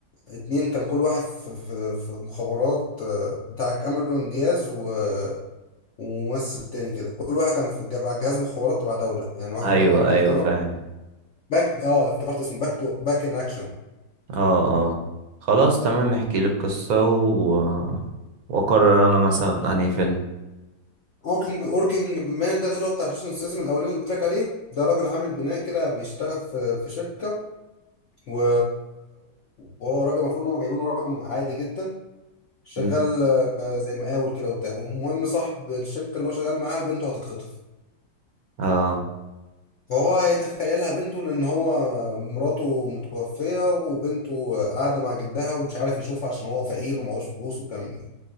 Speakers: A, on the left; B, on the right.
A: اتنين كان كل واحد في, في, في مخابرات آه بتاع كاميرون دياز و وممثل تاني كده كل واحد كان في جا- جهاز مخابرات تبع دولة يعني واحد
B: ايوه
A: تبع انجلترا
B: ايوه فاهم
A: باك اه افتكرت اسمه باك تو باك ان اكشن
B: اه اه خلاص تمام احكي لي القصة و... واقرر انا مثلا انهي فيلم
A: وركينج وركينج مان ده اللي هو بتاع جيسون ستاثام الاولاني اللي قلت لك عليه ده راجل عامل بناء كده بيشتغل في في شركه و... وهو راجل المفروض ان هم جايبينه راجل عادي جدا شغال
B: مم.
A: آه، زي مقاول كده وبتاع المهم صاحب الشركه اللي هو شغال معاها بنته هتتخطف
B: اه
A: فهو هيتخيلها بنته لان هو مراته متوفيه وبنته قاعده مع جدها ومش عارف يشوفها عشان هو فقير ومعهوش فلوس والكلام ده